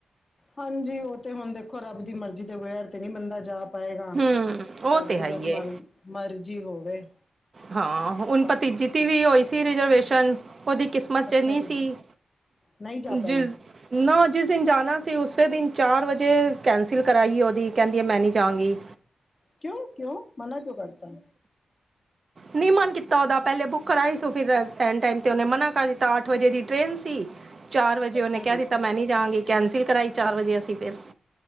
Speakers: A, on the left; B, on the right.
A: ਹਾਂਜੀ ਉਹ ਤੇ ਹੁਣ ਦੇਖੋ ਰੱਬ ਦੀ ਮਰਜ਼ੀ ਤੇ ਵਗੈਰ ਤੇ ਨੀ ਬੰਦਾ ਜਾ ਪਏਗਾ
B: ਹਮ ਉਹ
A: ਰੱਬ
B: ਤੇ
A: ਦੀ
B: ਹੈ
A: ਬਸ
B: ਹੀ
A: ਮਰਜ਼
B: ਹੈ
A: ਮਰਜ਼ੀ ਹੋਵੇ।
B: ਹਾਂ ਹੁਣ
A: ਬਸ
B: ਭਤੀਜੀ ਦੀ ਵੀ ਹੋਈ ਸੀ ਰਿਜਰਵੇਸ਼ਨ ਉਹਦੀ ਕਿਸ ਮਚ
A: ਅੱਛਾ
B: ਨੀ
A: ਜੀ।
B: ਸੀ,
A: ਨਹੀਂ ਜਾ ਪਾਈ
B: ਜਿਸ ਨਾ ਜਿਸ ਦਿਨ ਜਾਣਾ ਸੀ, ਉਸੇ ਦਿਨ ਚਾਰ ਵਜੇ ਕੈਂਸਿਲ ਕਰਾਈ ਉਹਦੀ, ਕਹਿੰਦੀ ਹੈ ਮੈਂ ਨਹੀਂ ਜਾਂਗੀ।
A: ਕਿਉਂ- ਕਿਉਂ ਮਨਾ ਕਿਉਂ ਕਰਤਾ?
B: ਨਹੀਂ ਮਨ ਕੀਤਾ ਉਹਦਾ, ਪਹਿਲੇ ਬੁੱਕ ਕਰਾਇ ਸੁ ਫੇਰ ਐੱਨ ਟੈਮ ਤੇ ਉਹਨੇ ਮਨਾ ਕਰ ਦਿੱਤਾ ਅੱਠ ਵਜੇ ਦੀ ਟ੍ਰੇਨ ਸੀ। ਚਾਰ ਵਜੇ
A: ਅੱਛਾ
B: ਉਹਨੇ ਕਿਹ
A: ਜੀ।
B: ਦਿੱਤਾ ਮੈਂ ਨਹੀ ਜਾਵਾਂਗੀ ਕੈਂਸਲ ਕਰਾਈ। ਚਾਰ ਵਜੇ ਅਸੀ ਫੇਰ,